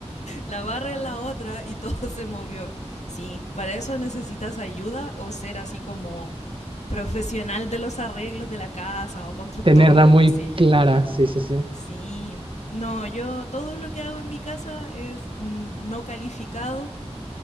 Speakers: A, on the left; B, on the right.
A: la barra en la otra y todo se movió. Sí, para eso necesitas ayuda o ser así como profesional de los arreglos de la casa o constructor
B: Tenerla
A: o
B: muy
A: qué sé yo.
B: clara. Sí, sí, sí.
A: Sí, no, yo todo lo que hago en mi casa es mm, no calificado